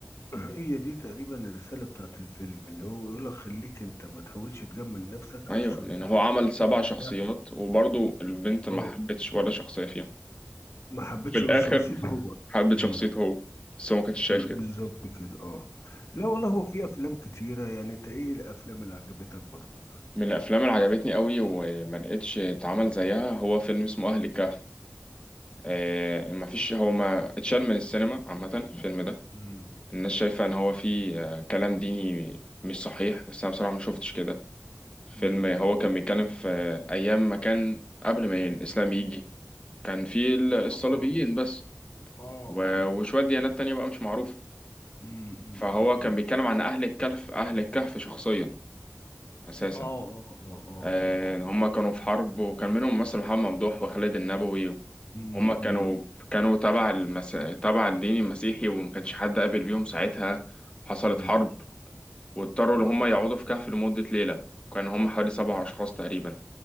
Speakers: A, on the left; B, on the left.
A: هي دي تقريبا الرسالة بتاعت الفيلم ان هو بيقول لك خليك انت ما تحاولش تجمل نفسك
B: ايوه
A: عشان
B: لان
A: ترضى
B: هو عمل سبع
A: او بتاع
B: شخصيات وبرضه البنت ما
A: اه
B: حبتش ولا شخصيه فيهم
A: ما حبيتش
B: في الاخر
A: غير شخصيته هو
B: حبت
A: امم
B: شخصيته هو بس هو ما كانش شايف
A: أمم،
B: كده
A: بالظبط كده اه لا والله هو في افلام كتيرة يعني انت ايه الافلام اللي عجبتك برضك
B: من الافلام اللي عجبتني قوي وما لقيتش اتعمل زيها هو فيلم اسمه اهل الكهف آه ما فيش هو ما اتشال من السينما عامه الفيلم ده
A: أمم.
B: الناس شايفة إن هو فيه آه، كلام ديني مش صحيح بس أنا بصراحة ما شفتش
A: مم.
B: كده فيلم
A: مم.
B: هو كان بيتكلم في أيام ما كان قبل ما الإسلام يجي كان فيه ال- الصليبيين
A: اه
B: بس
A: اه
B: و-
A: اه
B: وشوية
A: اه
B: ديانات تانية بقى مش معروفة
A: مم، مم،
B: فهو
A: مم،
B: كان
A: مم.
B: بيتكلم عن أهل الكهف أهل الكهف شخصيا أساسا
A: اه اه اه اه
B: آه،
A: اه اه
B: إن هما كانوا في حرب وكان منهم مثلا محمد ممدوح وخالد النبوي
A: مم،
B: هما كانوا
A: مم،
B: كانوا تبع المس... تبع الدين المسيحي وما كانش حد قابل بيهم ساعتها حصلت
A: مم،
B: حرب واضطروا
A: مم،
B: إن هم يقعدوا في كهف لمدة ليلة وكان هم حوالي سبع أشخاص تقريبا